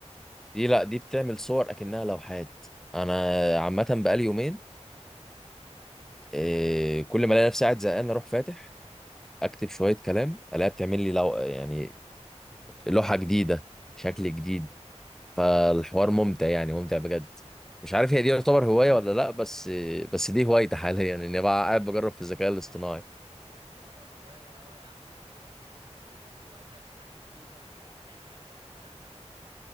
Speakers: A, in the centre; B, on the right.
A: دي لا دي بتعمل صور أكنها لوحات أنا عامة بقالي يومين إيه، كل ما ألاقي نفسي قاعد زهقان أروح فاتح أكتب شوية كلام ألاقيها بتعمل لي لو... يعني لوحة جديدة
B: اه
A: شكل جديد فالحوار ممتع يعني ممتع بجد مش
B: م.
A: عارف هي دي يعتبر هواية ولا لأ بس بس دي هوايتي حاليا إني بقى قاعد بجرب في الذكاء الاصطناعي
B: تعتبر هواية اه يا عم ما تعتبرش ليه مش بتقضي وقتك وحاجة جديدة وبتحب تعملها والكلام ده